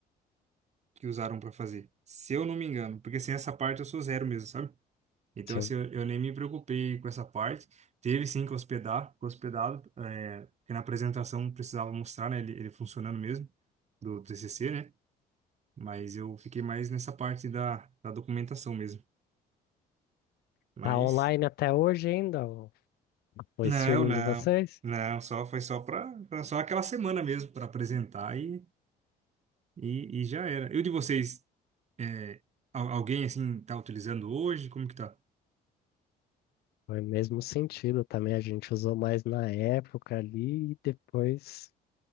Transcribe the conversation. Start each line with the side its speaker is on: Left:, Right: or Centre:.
Right: que usaram pra fazer, se eu não me engano. Porque, assim, essa parte eu sou zero mesmo, sabe? Então,
Left: Sim.
Right: assim, eu, eu nem me preocupei com essa parte. Teve, sim, que hospedar, que hospedado, é, porque na apresentação precisava mostrar, né, ele, ele funcionando mesmo, do T C# C, né? Mas eu fiquei mais nessa parte da, da documentação mesmo. Mas
Left: Tá online até hoje ainda o, o
Right: Não,
Left: streaming
Right: não,
Left: de vocês?
Right: não, só foi só para só aquela semana mesmo para apresentar e, e, e já era. E o de vocês, é, al- alguém assim tá utilizando hoje? Como que tá?
Left: Foi o mesmo sentido também. A gente usou mais na época ali e depois